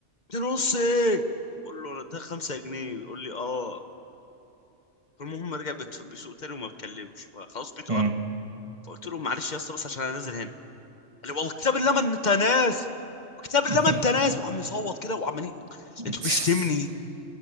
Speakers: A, on the left; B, on the right.
A: ده نص ايه بقول له ده خمسة جنيه بيقول لي اه فالمهم رجع بت- بيسوق تاني وما اتكلمش بقى خلاص بيته
B: <laughs>
A: قرب فقلت له معلش يا اسطى بس عشان انا نازل هنا قال لي والله كتاب الله ما انت نازل كتاب الله
B: مم.
A: ما انت نازل وعم يصوت كده وعمال ي-
B: <laughs>
A: لقيته بيشتمني